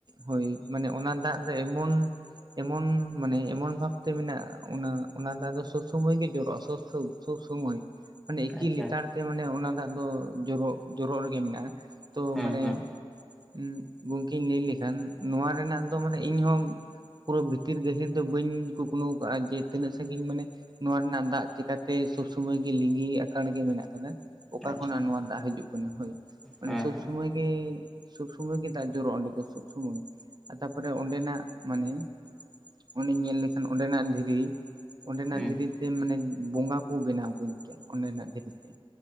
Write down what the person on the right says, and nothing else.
ᱦᱳᱭ ᱢᱟᱱᱮ ᱚᱱᱟ ᱫᱟᱜ ᱫᱚ ᱮᱢᱚᱱ᱾ ᱮᱢᱚᱱ ᱢᱟᱱᱮ ᱮᱢᱚᱱ ᱵᱷᱟᱵᱛᱮ ᱢᱮᱱᱟᱜ-ᱟ ᱚᱱᱟ ᱚᱱᱟ ᱫᱟᱜ ᱫᱚ ᱥᱚᱵ ᱥᱳᱢᱳᱭ ᱜᱮ ᱡᱚᱨᱚᱜ-ᱟ ᱥᱚᱵ ᱥᱳᱵ᱾ ᱥᱚᱵ ᱥᱚᱢᱳᱭ ᱢᱟᱱᱮ ᱮᱠᱤ
ᱞᱮᱛᱟᱲ ᱛᱮ ᱢᱟᱱᱮ ᱚᱱᱟ ᱫᱟᱜ ᱫᱚ ᱡᱚᱨᱚᱜ ᱡᱚᱨᱚᱜ ᱨᱮᱜᱮ ᱢᱮᱱᱟᱜ-ᱟ᱾ ᱛᱚ
ᱢᱟᱱᱮ᱾
ᱩᱸ ᱜᱚᱝᱠᱮᱧ ᱞᱟᱹᱭ ᱞᱮᱠᱷᱟᱱ ᱱᱚᱣᱟ ᱨᱮᱱᱟᱜ ᱫᱚ ᱢᱟᱱᱮ ᱤᱧᱦᱚᱸ᱾ ᱯᱩᱨᱟᱹ ᱵᱷᱤᱛᱤᱨ ᱜᱟᱹᱦᱤᱨ ᱫᱚ ᱵᱟᱹᱧ ᱠᱩᱠᱢᱩ ᱠᱟᱜ-ᱟ ᱡᱮ ᱛᱤᱱᱟᱹᱜ ᱥᱟᱹᱜᱤᱧ ᱢᱟᱱᱮ᱾ ᱱᱚᱣᱟ ᱨᱮᱱᱟᱜ ᱫᱟᱜ ᱪᱮᱠᱟᱛᱮ ᱥᱚᱵ ᱥᱚᱢᱚᱭ ᱜᱮ ᱞᱤᱸᱜᱤ ᱟᱠᱟᱲ ᱜᱮ ᱢᱮᱱᱟᱜ ᱠᱟᱫᱟ᱾ ᱚᱠᱟ
ᱠᱷᱚᱱᱟᱜ
ᱱᱚᱣᱟ ᱫᱟᱜ ᱦᱟᱹᱡᱩᱜ ᱠᱟᱱᱟ ᱦᱳᱭ ᱢᱟᱱᱮ
ᱥᱳᱵ
ᱥᱩᱢᱟᱹᱭ᱾ ᱢᱚᱭ ᱜᱮ ᱥᱚᱵ ᱥᱳᱢᱳᱭ ᱜᱮ ᱫᱟᱜ ᱡᱚᱨᱚᱜ-ᱟ ᱚᱱᱰᱮ ᱫᱚ ᱥᱚᱵ ᱥᱳᱢᱳᱭ᱾ ᱛᱟᱯᱚᱨᱮ ᱚᱸᱰᱮᱱᱟᱜ ᱢᱟᱱᱮ ᱚᱱᱰᱮᱧ ᱧᱮᱞ ᱞᱮᱠᱷᱟᱱ ᱚᱸᱰᱮᱱᱟᱜ ᱫᱷᱤᱨᱤ᱾ ᱚᱸᱰᱮᱱᱟᱜ
ᱫᱷᱤᱨᱤᱛᱮ ᱢᱟᱱᱮ ᱵᱚᱸᱜᱟ ᱠᱚ ᱵᱮᱱᱟᱣ ᱠᱚ ᱜᱮᱭᱟ ᱚᱸᱰᱮᱱᱟᱜ ᱫᱷᱤᱨᱤᱛᱮ᱾